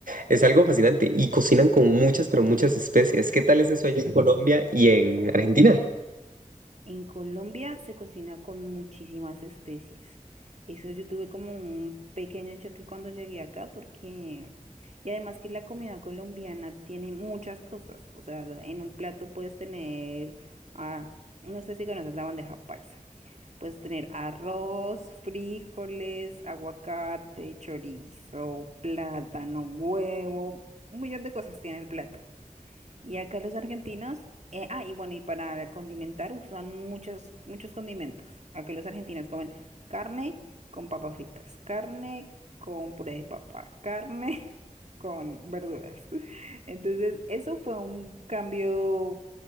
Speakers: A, on the right; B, on the right.
A: Es algo fascinante y cocinan con muchas, pero muchas especies. ¿Qué tal es eso allá en Colombia y en Argentina?
B: En Colombia se cocina con muchísimas especies. Eso yo tuve como un pequeño choque cuando llegué acá porque... Y además que la comida colombiana tiene muchas cosas. O sea, en un plato puedes tener... ah, no sé si conoces la bandeja paisa. Puedes tener arroz, frijoles, aguacate, chorizo, plátano, huevo. Un millón de cosas tiene el plato. Y acá los argentinos, eh, ah, y bueno, y para condimentar usan muchos, muchos condimentos. Acá los argentinos comen carne con papas fritas, carne con puré de papa, carne <laughs> con verduras. <laughs> Entonces, eso fue un cambio